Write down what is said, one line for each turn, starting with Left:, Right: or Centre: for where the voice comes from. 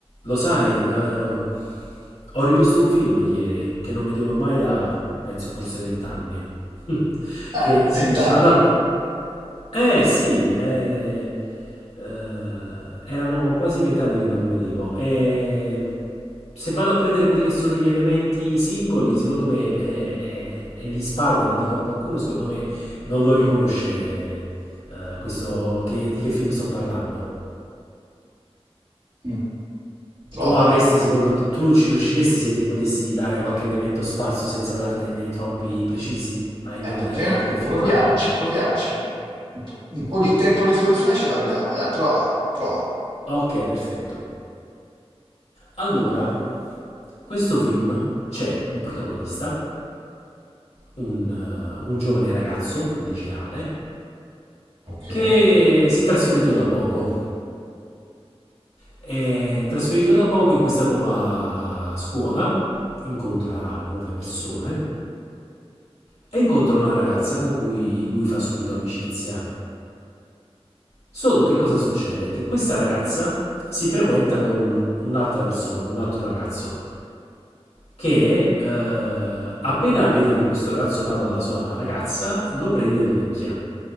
Left: Lo sai, eh, ho rivisto un film ieri che non vedevo ormai da, penso, forse vent'anni. <laughs> Che
Right: Eh, vent'anni.
Left: se ci vado a... Eh sì, eh, eh, erano quasi vent'anni che non lo vedevo. E se vado a prendere quelli che sono gli elementi singoli, secondo me, eh, eh, e li spargo e li dico a qualcuno, secondo me non lo riconosce eh, questo che- di che film sto parlando.
Right: Mm, Prova.
Left: Tu avresti, secondo tu ci riusciresti se ti potessi dare qualche elemento sparso senza dartene troppi precisi a indovinare
Right: Eh, perché
Left: que- di che film
Right: proviamoci,
Left: parlo?
Right: proviamoci. Un po', un po' di
Left: <laughs>
Right: tempo di soluzione ce l'abbiamo. Dai, prova, prova.
Left: ok, perfetto. Allora, questo film c'è un protagonista, un, eh, un giovane ragazzo, un liceale,
Right: Ok.
Left: che si è trasferito da poco. È trasferito da poco in questa nuova scuola, incontra nuove persone e incontra una ragazza con cui lui fa subito amicizia Solo che cosa succede? Che questa ragazza si frequenta con un- un'altra persona, con un altro ragazzo, che eh, appena vede che questo ragazzo parla alla sua ragazza, lo prende e lo picchia.